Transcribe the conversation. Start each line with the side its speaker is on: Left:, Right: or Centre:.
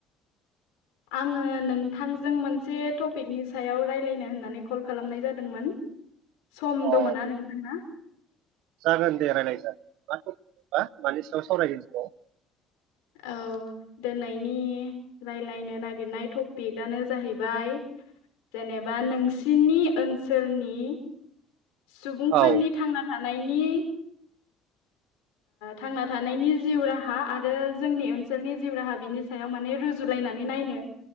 Left: आङो नोंथांजों मोनसे टपिकनि सायाव रायज्लायनो होननानै कल खालामनाय जादोंमोन। सम
Right: अ
Left: दङ ना नोंथांना?
Right: जागोन दे रायज्लाय जागोन मा थफिकबा मानि सायाव सावरायगोन जोङो?
Left: औ दिोनैनि रायलायनो नागिरनाय टपिक आंनो जाहैबाय जेनेबा नोंसिनि ओनसोलनि सुबुंफोरनि
Right: औ
Left: थांना थानायनि थांना थानायनि जिउ राहा आरो जोंनि ओनसोलनि जिउ राहा बिनि सायाव माने रुजुलाय नायनानै नायनो